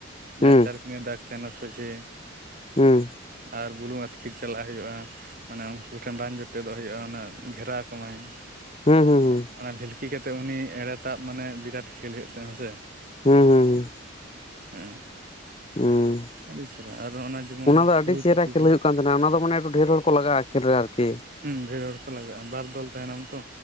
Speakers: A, on the right; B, on the left.
A: ᱡᱟᱦᱟᱸ
B: ᱦᱮᱸ
A: ᱪᱟᱨᱠᱚᱱᱤᱭᱟ ᱫᱟᱜᱽ ᱛᱟᱦᱮᱸᱱᱟ ᱥᱚᱡᱷᱮ
B: ᱦᱩᱸ
A: ᱟᱨ ᱵᱩᱞᱩᱝ ᱟᱹᱛᱠᱤᱨ ᱪᱟᱞᱟᱜ ᱦᱩᱭᱩᱜᱼᱟ ᱢᱟᱱᱮ ᱩᱱᱠᱩ ᱴᱷᱮᱱ ᱵᱟᱝ ᱡᱚᱴᱮᱫᱚᱜ ᱦᱚᱭᱳᱜᱼᱟ ᱚᱱᱮ ᱜᱷᱮᱨᱟ ᱠᱚᱢᱟᱭ᱾ <unintelligible>
B: ᱦᱩᱸ ᱦᱩᱸ ᱦᱩᱸ
A: ᱚᱱᱟ ᱵᱷᱤᱞᱠᱤ ᱠᱟᱛᱮᱜ ᱩᱱᱤ ᱮᱲᱮ ᱛᱟᱵ ᱢᱟᱱᱮ ᱵᱤᱨᱟᱴ ᱠᱷᱮᱞ ᱦᱚᱭᱳᱜ ᱛᱟᱦᱮᱸ ᱦᱮᱥᱮ᱾
B: ᱦᱩᱸ ᱦᱩᱸ ᱦᱩᱸ
A: ᱦᱩ
B: ᱦᱮᱸ
A: ᱟᱹᱰᱤ ᱪᱮᱦᱨᱟ ᱟᱨᱚ ᱚᱱᱟ ᱡᱮᱢᱚᱱ
B: ᱫᱚ ᱟᱹᱰᱤ
A: ᱦᱩᱦᱩ
B: ᱪᱮᱦᱨᱟ
A: ᱪᱩᱠᱩ
B: ᱠᱷᱮᱞ
A: ᱠᱚ᱾
B: ᱦᱩᱭᱩᱜ ᱠᱟᱱ ᱚᱱᱟ ᱫᱚ ᱢᱟᱱᱮ ᱮᱠᱴᱩ ᱰᱷᱮᱨ ᱦᱚᱲ ᱠᱚ ᱞᱟᱜᱼᱟ ᱟᱠᱷᱤᱨ ᱨᱮ ᱟᱨᱠᱤ᱾
A: ᱦᱩᱸ ᱰᱷᱮᱨ ᱦᱚᱲ ᱠᱚ ᱞᱟᱜᱟᱜᱼᱟ ᱵᱟᱨ ᱫᱚᱞ ᱛᱟᱦᱮᱱᱟᱢ ᱛᱚ᱾